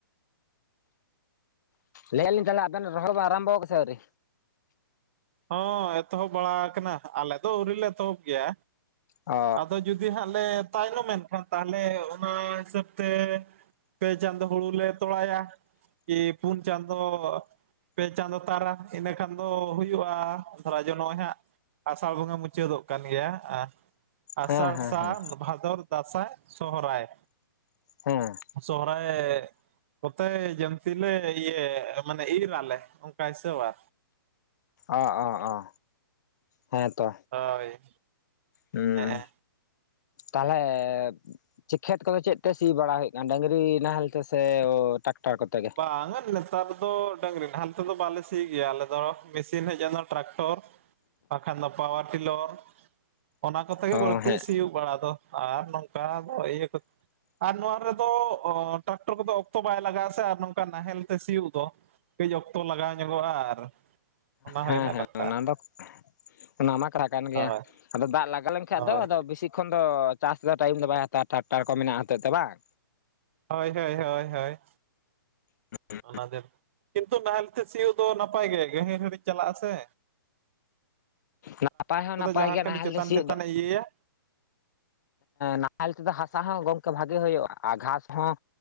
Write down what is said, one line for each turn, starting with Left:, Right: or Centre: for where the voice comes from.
Left: ᱞᱟᱹᱭ ᱮᱜᱼᱟ ᱞᱤᱧ ᱛᱟᱦᱚᱞᱮ ᱟᱵᱮᱱ ᱨᱚᱲᱚ ᱫᱚ ᱟᱨᱟᱢᱵᱷᱚ ᱠᱟᱜᱼᱟ ᱥᱮ ᱟᱹᱣᱨᱤ?
Right: ᱦᱚᱸ ᱮᱛᱚᱦᱚᱵᱽ ᱵᱟᱲᱟ ᱟᱠᱟᱱᱟ ᱟᱞᱮ ᱫᱚ ᱟᱹᱣᱨᱤ ᱞᱮ ᱮᱛᱚᱦᱚᱵᱽ ᱜᱮᱭᱟ,
Left: ᱚ
Right: ᱟᱫᱚ ᱡᱩᱫᱤ ᱡᱩᱫᱤ ᱦᱟᱸᱜ ᱞᱮ ᱛᱟᱭᱱᱚᱢ ᱮᱱᱠᱷᱟᱱ ᱛᱟᱦᱚᱞᱮ ᱚᱱᱟ ᱦᱤᱥᱟᱹᱵᱽ ᱛᱮ ᱯᱮ ᱪᱟᱸᱫᱚ ᱦᱩᱲᱩ ᱞᱮ ᱛᱚᱲᱟᱭᱟ᱾ ᱯᱩᱱ ᱪᱟᱸᱫᱚ ᱯᱮ ᱪᱟᱸᱫᱚ ᱛᱟᱨᱟ ᱤᱱᱟᱹ ᱠᱷᱟᱱ ᱫᱚ ᱦᱩᱭᱩᱜ ᱦᱩᱭᱩᱜᱼᱟ ᱫᱷᱟᱨᱟ ᱡᱮ ᱱᱚᱜᱼᱚᱭ ᱦᱟᱸᱜ ᱟᱥᱟᱲ ᱵᱚᱸᱜᱟ ᱢᱩᱪᱟᱹᱫᱚᱜ ᱠᱟᱱ ᱜᱮᱭᱟ ᱟᱸ ᱟᱥᱟᱲ
Left: ᱦᱮᱸ ᱦᱮᱸ
Right: ᱥᱟᱱ
Left: ᱦᱮᱸ
Right: ᱵᱷᱟᱫᱚᱨ ᱫᱟᱸᱟᱥᱟᱭ ᱥᱚᱦᱚᱨᱟᱭ
Left: ᱦᱮᱸ
Right: ᱥᱚᱦᱨᱟᱭ ᱚᱛᱮ ᱡᱚᱢᱛᱤ ᱞᱮ ᱤᱧᱟ ᱢᱟᱱᱮ ᱤᱨ ᱟᱞᱮ ᱚᱱᱠᱟ ᱦᱤᱥᱟᱹᱵᱟ
Left: ᱚᱸ ᱚᱸ ᱚᱸ ᱦᱮᱸ ᱛᱚ
Right: ᱦᱳᱭ
Left: ᱦᱩᱸ
Right: ᱦᱮᱸ
Left: ᱛᱟᱦᱞᱮ ᱪᱮ ᱠᱷᱮᱛ ᱠᱚᱫᱚ ᱪᱮᱫ ᱛᱮ ᱥᱤ ᱵᱟᱲᱟ ᱦᱩᱭᱩᱜ ᱠᱟᱱᱟ ᱰᱟᱹᱟᱝᱨᱤ ᱱᱟᱦᱮᱞ ᱛᱮ ᱥᱮ ᱴᱟᱠᱴᱟᱨ ᱠᱚᱛᱮ ᱜᱮ
Right: ᱵᱟᱝᱼᱟ ᱱᱮᱛᱟᱨ ᱫᱚ ᱰᱟᱝᱨᱤ ᱱᱟᱦᱮᱞ ᱛᱮᱫᱚ ᱵᱟᱞᱮ ᱥᱤ ᱜᱮᱭᱟ ᱟᱞᱮ ᱫᱚ ᱢᱮᱥᱤᱱ ᱦᱮᱡᱽᱮᱱᱟ ᱴᱨᱟᱠᱴᱚᱨ ᱵᱟᱠᱷᱟᱱ ᱫᱚ ᱯᱟᱣᱟᱨ ᱴᱤᱞᱟᱨ ᱚᱱᱟ ᱠᱚᱛᱮ
Left: ᱚ
Right: ᱜᱮ ᱵᱟᱹᱲᱛᱤ
Left: ᱦᱮᱸ
Right: ᱥᱤᱭᱩᱜ ᱵᱟᱲᱟ ᱫᱚ ᱟᱨ ᱱᱚᱝᱠᱟ ᱫᱚ ᱤᱭᱟᱹ ᱟᱨ ᱱᱚᱣᱟ ᱨᱮᱫᱚ ᱴᱟᱠᱴᱚᱨ ᱠᱚᱫᱚ ᱚᱠᱛᱚ ᱵᱟᱭ ᱞᱟᱜᱟᱜᱼᱟ ᱥᱮ ᱱᱚᱝᱠᱟ ᱱᱟᱦᱮᱞ ᱛᱮ ᱥᱤᱭᱩᱜ ᱫᱚ ᱠᱟᱹᱡᱽ ᱚᱠᱛᱚ ᱞᱟᱜᱟᱣ ᱧᱚᱜᱚᱜᱼᱟ ᱟᱨ ᱚᱱᱟ
Left: ᱦᱮᱸ
Right: ᱦᱩᱭᱱᱟ
Left: ᱦᱮᱸ
Right: ᱠᱟᱛᱷᱟ
Left: ᱚᱱᱟ ᱫᱚ ᱚᱱᱟ ᱢᱟ ᱠᱷᱨᱟ ᱠᱟᱱ ᱜᱮᱭᱟ
Right: ᱦᱳᱭ
Left: ᱟᱫᱚ ᱫᱟᱜᱽ ᱞᱟᱜᱟ ᱞᱮᱱᱠᱷᱟᱱ
Right: ᱦᱳᱭ
Left: ᱫᱚ ᱟᱫᱚ ᱵᱮᱥᱤ ᱠᱷᱚᱱ ᱫᱚ ᱪᱟᱥ ᱫᱚ ᱴᱟᱭᱤᱢ ᱫᱚ ᱵᱟᱭ ᱦᱟᱛᱟᱣᱟ ᱴᱟᱠᱴᱟᱨ ᱠᱚ ᱢᱮᱱᱟᱜᱼᱟ ᱦᱚᱛᱮᱫ ᱛᱮ ᱵᱟᱝ
Right: ᱦᱳᱭ ᱦᱳᱭ ᱦᱳᱭ ᱦᱳᱭ
Left: <inaudible>
Right: ᱚᱱᱟ ᱫᱤᱱ ᱠᱤᱱᱛᱩ ᱱᱟᱦᱮᱞᱛᱮ ᱥᱤᱭᱩᱜ ᱫᱚ ᱱᱟᱯᱟᱭ ᱜᱮ ᱜᱟᱹᱦᱤᱨ ᱦᱟᱨᱤᱡᱽ ᱪᱟᱞᱟᱜᱼᱟ ᱟᱥᱮ
Left: ᱱᱟᱯᱟᱭ ᱦᱚᱸ ᱱᱟᱯᱟᱭ
Right: ᱡᱟᱦᱟᱸ
Left: ᱜᱮᱭᱟ
Right: ᱠᱷᱟᱹᱞᱤ
Left: ᱱᱟᱦᱮᱞ
Right: ᱪᱮᱛᱟᱱ
Left: ᱫᱚ ᱥᱤᱭᱳᱜ
Right: ᱪᱮᱛᱟᱱᱮ
Left: ᱫᱚ᱾
Right: ᱤᱭᱟᱹᱭᱟ
Left: ᱱᱟᱦᱮᱞ ᱛᱮᱫᱚ ᱦᱟᱥᱟ ᱦᱚᱸ ᱜᱚᱝ ᱟᱹ ᱵᱷᱟᱜᱤ ᱦᱩᱭᱩᱜᱼᱟ ᱟᱨ ᱜᱷᱟᱸᱥ ᱦᱚᱸ